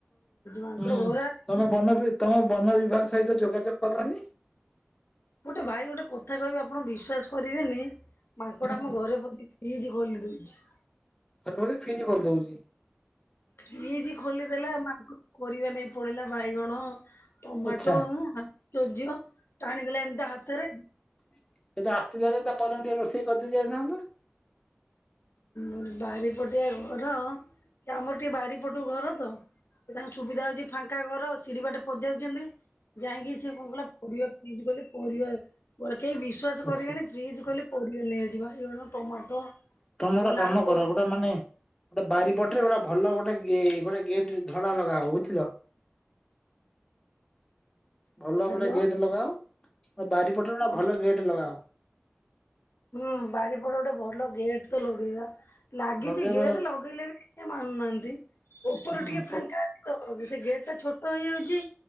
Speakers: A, on the left (about 65°); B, on the left (about 15°).
A: ମାଙ୍କଡ
B: ହୁଁ
A: ଘୋରା
B: ତମେ ବନ ବି ତମେ ବନ ବିଭାଗ ସହିତ ଯୋଗାଯୋଗ କଲନି?
A: ଗୋଟେ ଭାଇ ଗୋଟେ କଥା କହିବେ ଆପଣ ବିଶ୍ୱାସ କରିବେନି ମାଙ୍କଡ
B: ହୁଁ
A: ଆମ ଘରେ ପଶିକି ଫ୍ରିଜ ଖୋଲିଦୋଉଚି।
B: ଥରେ ଫ୍ରିଜ କରିଦୋଉଚି।
A: ଫ୍ରିଜ ଖୋଲିଦେଲା ମାଙ୍କ <unintelligible> ପରିବା ନେଇକି ପଳେଇଲା ବାଇଗଣ। ଟମାଟୋ
B: ଆଚ୍ଛା
A: <unintelligible> ଆଶ୍ଚର୍ଯ୍ୟ ଟାଣିଦେଲେ ଏମିତି ହାତରେ।
B: ସେ ତ ଆସିଥିଲା ଯେ ତାକୁ କହିଲନି ଟିକେ ରୋଷେଇ କରିଦେଇ ଯାଇଥାନ୍ତା।
A: ଉଁ ବାରିପଟିଆ ଘର ସେ ଆମର ଟିକେ ବାରିପଟୁ ଘର ତ ସେ ତାଙ୍କୁ ସୁବିଧା ହୋଉଛି ଫାଙ୍କା ଘର ସିଡି ବାଟେ ପସି ଯାଉଛନ୍ତି ଯାଇକି ସିଏ କଣ କଲା ପରିବା ଫ୍ରିଜ ଖଲେ ପରିବା କେହି ବିଶ୍ଵାସ
B: ଆଚ୍ଛା
A: କରିବେଣି ଫ୍ରିଜ୍ ଖୋଲି ପରିବା ନେଇଯାଉଚି ବାଇଗଣ ଟମାଟୋ
B: ତମେ ଗୋଟେ
A: ଗଲା
B: କାମ
A: ବେଳୁ କ
B: କର ଗୋଟେ ମାନେ ଗୋଟେ ବାରିପଟରେ ଗୋଟେ ଭଲ ଗୋଟେ ଗୋଟେ ଗେ-ଗେଟ ଧଡା ଲଗା ବୁଝିଲ? ଭଲ
A: ହ୍ୟାଲୋ
B: ଗୋଟେ ଗେଟ୍ ଲଗାଅ। ବାରିପଟ ଗୋଟେ
A: ହଁ
B: ଭଲ ଗେଟ୍ ଲଗାଅ।
A: ହୁଁ ବାରିପଟ ଗୋଟେ ଭଲ ଗେଟ୍ ତ ଲଗେଇବା। ଲାଗିଚି
B: ଲଗେଇବ
A: ଗେଟ୍ ଲଗେଇଲେ ବି ମାନୁନାହାନ୍ତି ଉପର
B: ହୁଁ
A: ଟିକେ
B: ତ
A: ଫାଙ୍କା ତ ସେ ଗେଟ ଟା ଛୋଟ ହେଇଯାଉଚି